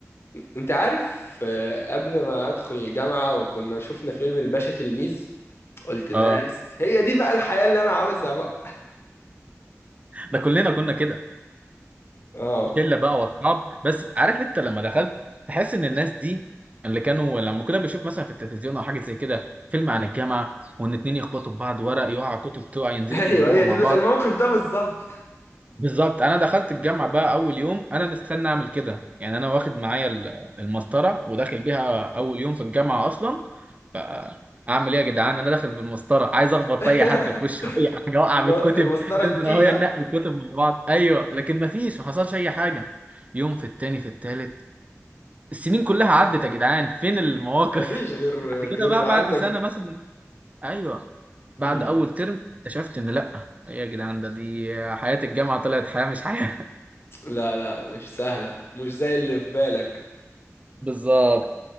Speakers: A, on the left (about 45°); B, on the right (about 25°).
A: انت عارف آه، قبل ما ادخل الجامعه وكنا شفنا فيلم الباشا تلميذ قلت بس
B: اه
A: هي دي بقى الحياه اللي انا عاوزها بقى
B: ده كلنا كنا كده
A: اه
B: شله بقى واصحاب بس عارف انت لما دخلت تحس ان الناس دي اللي كانوا لما كنا بنشوف مثلا في التلفزيون او حاجه زي كده فيلم عن الجامعه وان اتنين يخبطوا في بعض ورق يقع كتب تقع
A: <laughs>
B: ينزلوا
A: ايوه
B: يجيبوها
A: هي
B: مع
A: دي
B: بعض
A: بقى- الموقف ده بالظبط
B: بالظبط انا دخلت الجامعه بقى اول يوم انا مستني اعمل كده يعني انا واخد معايا ال- المسطره وداخل بيها اول يوم في الجامعه اصلا فاعمل ايه يا جدعان انا داخل بالمسطره عايز اخبط
A: <laughs>
B: اي حد في وشه <laughs> اي حاجه اوقع
A: الم-
B: من الكتب
A: المسطره
B: ننزل
A: التي
B: اهو ننقي
A: ها
B: الكتب مع بعض ايوه لكن ما فيش ما حصلش اي حاجه يوم في التاني في التالت السنين كلها عدت يا جدعان فين المواقف
A: مفيش
B: <laughs>
A: غير
B: بعد
A: غير
B: كده بقى
A: عندك
B: بعد سنه مثلا ايوه بعد
A: مم.
B: اول ترم اكتشفت ان لا ايه يا جدعان ده دي حياه الجامعه طلعت حياه مش حياه
A: لا لا مش سهله مش زي اللي في بالك
B: بالظبط